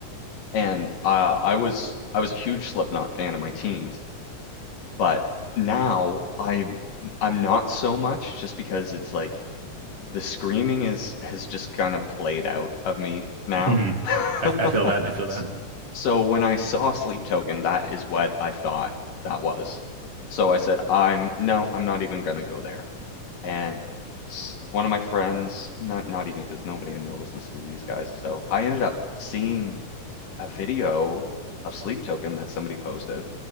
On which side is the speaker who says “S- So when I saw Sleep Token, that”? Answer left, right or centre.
Left